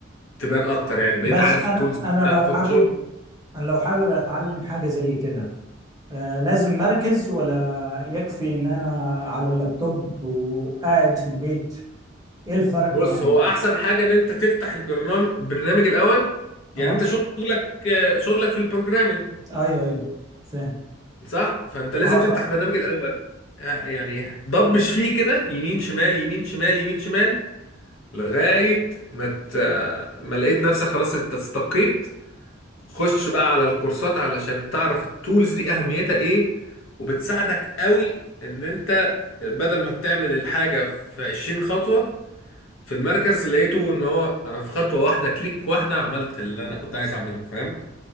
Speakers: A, on the left; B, on the right.
A: تبان اكتر يعني بقيت
B: بس
A: عارف
B: انا
A: التولز بقى
B: انا
A: بتاعت
B: لو
A: فوتوشوب
B: حابب انا لو حابب اتعلم حاجه زي كده آه لازم مركز ولا يكفي ان انا على اللابتوب وقاعد في البيت ايه الفرق
A: بص
B: يعني
A: هو احسن حاجة ان انت تفتح البرنامج برنامج الاول يعني
B: اه
A: انت شغلك شغلك في البروجرامينج
B: ايوه ايوه فاهم
A: صح فانت لازم
B: اه
A: تفتح
B: صح
A: البرنامج الاول آه، يعني ضبش فيه كده يمين شمال يمين شمال يمين شمال لغاية ما ت... ما لقيت نفسك خلاص استقيت خش بقى على الكورسات علشان تعرف التولز دي اهميتها ايه وبتساعدك قوي ان انت بدل ما بتعمل الحاجة في 20 خطوة في المركز لقيته ان هو انا في خطوة واحدة كليك واحدة عملت اللي انا كنت عايز اعمله فاهم